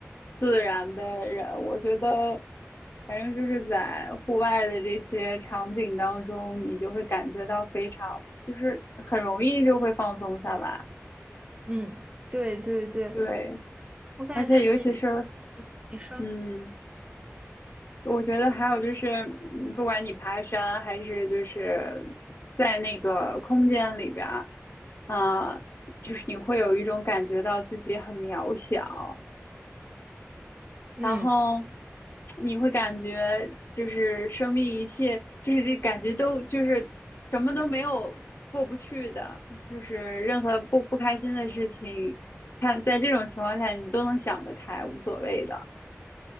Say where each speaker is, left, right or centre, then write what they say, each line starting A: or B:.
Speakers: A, on the left (about 55°); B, on the right (about 25°).
A: 自然的人，我觉得反正就是在户外的这些场景当中，你就会感觉到非常，就是很容易就会放松下来。
B: 嗯，对对对，
A: 对，
B: 我感觉你
A: 而且尤其是
B: 你说，
A: 嗯，我觉得还有就是，嗯不管你爬山还是就是在那个空间里边儿，啊、就是你会有一种感觉到自己很渺小。
B: 嗯
A: 然后你会感觉就是生命一切就是这感觉都就是什么都没有过不去的，就是任何不不开心的事情，看在这种情况下你都能想得开，无所谓的。